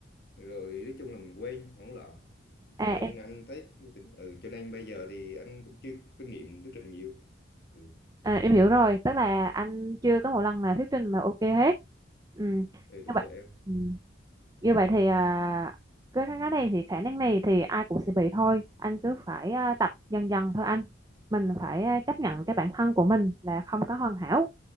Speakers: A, on the left; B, on the right.
A: rồi nói chung là mình quên hoảng loạn
B: à
A: cho nên
B: em
A: anh thấy tình- ừ cho nên bây giờ thì anh cũng chưa có kinh nghiệm thuyết trình nhiều ừ,
B: à, em hiểu rồi tức là anh chưa có một lần là thuyết trình mà ok hết ừ
A: ừ đúng
B: như vậy
A: rồi em
B: ừ. như vậy thì à, cái cái này thì khả năng này thì ai cũng sẽ bị thôi anh cứ phải à, tập dần dần thôi anh mình phải à, chấp nhận cái bản thân của mình là không có hoàn hảo